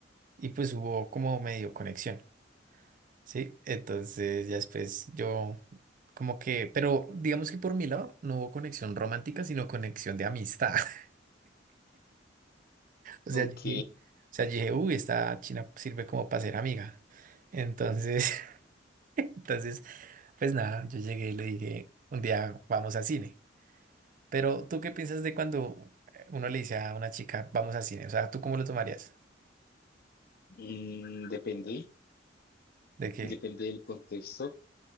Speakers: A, on the right; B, on the left.
A: y pues hubo como medio conexión, ¿sí? Entonces ya después yo como que, pero digamos que por mi lado no hubo conexión romántica, sino conexión de amistad. <laughs> O sea,
B: ok.
A: yo dije, o sea, yo dije, uy, esta china sirve como para ser amiga. Entonces... Entonces, pues nada, yo llegué y le dije, un día vamos a cine. Pero ¿tú qué piensas de cuando eh, uno le dice a una chica, vamos a cine? O sea, ¿tú cómo lo tomarías?
B: Mm, depende,
A: De qué
B: depende del contexto.